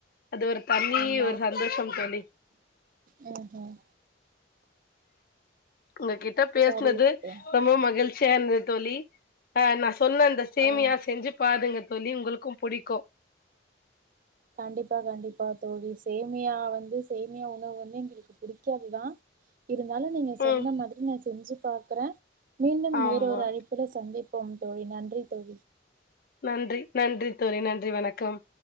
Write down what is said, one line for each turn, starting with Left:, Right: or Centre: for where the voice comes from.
Left: அது ஒரு தனி
Right: ஆமா
Left: ஒரு சந்தோஷம் தோழி
Right: ம்ஹூம்
Left: உங்க கிட்ட பேசுனது
Right: சரி இப்போ
Left: ரொம்ப மகிழ் <inaudible> இருந்தது தோழி ஆ நான சொன்ன அந்த சேமியா
Right: ஆ
Left: செஞ்சு பாருங்க சொல்லி உங்களுக்கும் பிடிக்கும்
Right: கண்டிப்பா கண்டிப்பா தோழி சேமியா வந்து சேமியா உணவு வந்து எங்களுக்கு புடிக்காது தான் இருந்தாலும் நீங்க
Left: ம்
Right: சொன்ன மாரி நான செஞ்சு பாக்குறேன் மீண்டும்
Left: ஆமா
Right: வேற ஒரு அழிப்புல சந்திப்போம் ப்போம் தோழி நன்றி தோழி
Left: நன்றி நன்றி தோழி நன்றி வணக்கம்